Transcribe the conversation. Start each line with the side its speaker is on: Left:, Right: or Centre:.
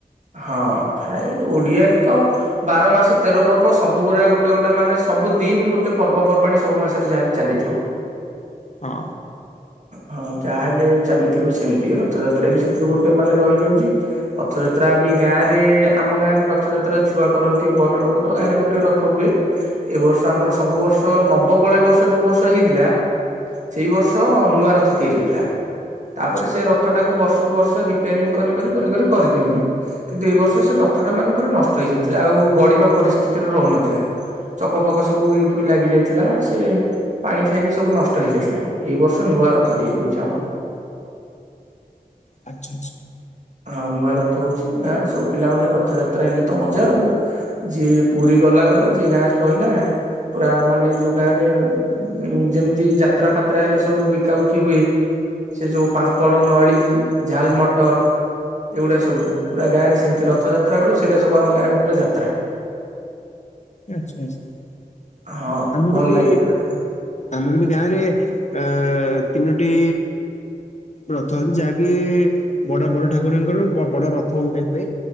Right: ହଁ ଥାଏ ଓଡିଆରେ ତ ବାର ମାସ ତେର ପର୍ବ ସବୁଗୁରା ଗୋଟେ ଗୋଟେ ମାନେ ସବୁ ଦିନ୍ ଗୋଟେ ପର୍ବପର୍ବାଣି ସବୁ ମାସରେ ଯାହା ହେଲେ ଚାଲିଥିବୁ।
Left: ହଁ।
Right: ହଁ ଯାହାହେଲେ ବି ଚାଲିଥିବ ସେମିତି ରଥଯାତ୍ରା ବି ସେଥିରୁ ଗୋଟେ ମାନେ ରହିଯାଉଚି। ରଥ ଯାତ୍ରା ବି ଗାଁରେ ଆମ ଗାଁରେ ରଥଯାତ୍ରା ଛୁଆ କରନ୍ତି। ବଡଲୋକ ତ ଗାଁରେ ଗୋଟେ ରଥ ହୁଏ। ଏ ବର୍ଷ ଆମର ସବୁ ବର୍ଷ ନବକଳେବର ବର୍ଷେ ଯୋଉ ବର୍ଷ ହେଇଥିଲା। ସେଇ ବର୍ଷ ନୂଆ ରଥ ତିଆରି ହେଇଥିଲା। ତାପରେ
Left: ଆଚ୍ଛା
Right: ସେ ରଥଟାକୁ ବର୍ଷକୁ ବର୍ଷ ରିପେଆରିଂ କରି କରି କରି କରି କରିଦିଅନ୍ତି। କିନ୍ତୁ ଏଇ ବର୍ଷ ସେ ରଥଟା ମାନେ ପୁରା ନଷ୍ଟ ହେଇଯାଇଥିଲା। ଆଉ ଗଡିବା ପରିସ୍ଥିତିରେ ରହୁନଥିଲା। ଚକ ଫକ ସବୁ ଉଇ ଫୁଇ ଲାଗି ଯାଇଥିଲା। ସେ ପାଣି ଖାଇକି ସବୁ ନଷ୍ଟ ହେଇଯାଇଥିଲା। ଏଇ ବର୍ଷ ନୂଆ ରଥ ତିଆରି ହୋଉଚି ଆମର।
Left: ଆଚ୍ଛ ଆଚ୍ଛ।
Right: ହଁ ନୂଆ ରଥ ହୋଉଚି। ଗାଁରେ ସବୁ ପିଲାମାନେ ରଥଯାତ୍ରା ହେଲେ ତ ମଜା ଆଉ। ଯିଏ ପୁରି ଗଲା ଗଲା ଯିଏ ଗାଁରେ ରହିଲା ପୁରା ମାନେ ଯୋଉ ଗାଁରେ ଉଁ ଯେମିତି ଯାତ୍ରା ଫାତ୍ରା ହେଲେ ସବୁ ବିକାବିକି ହୁଏ। ସେ ଯୋଉ ପାମ୍ପଡ, ନଳି, ଝାଲ ମଟର ଏଗୁଡା ସ ସବୁ ପୁରା ଗାଁ ରେ ସେମିତି ରଥ ଯାତ୍ରା ବେଳୁ ସେଟା ସବୁ ଆମ ଗାଁରେ ପୁରା ଯାତ୍ରା
Left: ଆଚ୍ଛା ଆଚ୍ଛା
Right: ହଁ
Left: ଆମର
Right: ଭଲ
Left: ବି
Right: ଲାଗେ ପୁରା
Left: ଆମର ବି ଗାଁରେ ଅ ତିନୋଟି ରଥ ଅଛି ଯାହାକି ବଡ଼ ବଡ଼ ଠାକୁରଙ୍କର ବଡ଼ ରଥ ଗୋଟେ ହୁଏ।